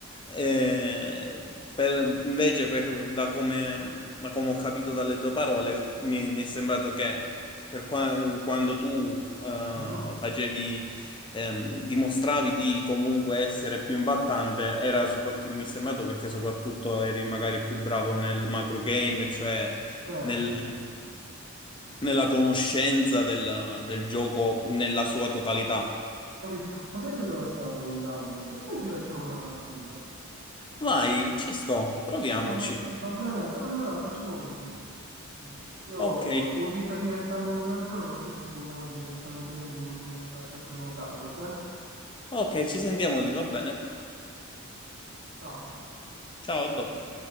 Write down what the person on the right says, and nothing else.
mhm.
Certo,
certo.
Capito. Ma sai che cosa stavo pensando? Perché non ci facciamo una partita?
Va, be- va bene, allora facciamo così. Eh, Io
ti invito direttamente dal gioco, così ci sentiamo direttamente lì nella chat vocale, va bene?
Ciao.